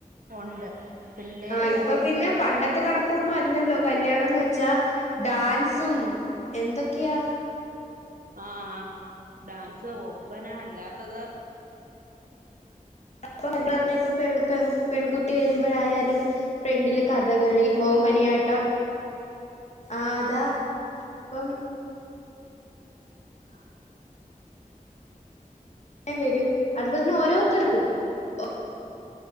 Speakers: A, on the right (about 75°); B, on the left (about 50°).
A: ഉണ്ട് പിള്ളേര്
B: ആ ഇപ്പൊ പിന്നെ പണ്ടത്തെ കണക്കൊന്നും അല്ലല്ലോ കല്യാണംന്ന് വെച്ചാ ഡാൻസും എന്തൊക്കെയാ
A: ആ് ഡാൻസ് ഒപ്പനാ അല്ലാത്തത്
B: അപ്പ എല്ല ഇപ്പൊ പെൺ പെൺകുട്ടി വരുമ്പോഴായാലും ഫ്രണ്ടില് കഥകളി
A: എല്ലാ
B: മോഹിനിയാട്ടം ആതാ ഇപ്പം
A: ആ
B: അങ്ങനെ വരും അതുപോലെ തന്നെ ഓരോരുത്തർക്കുംഒ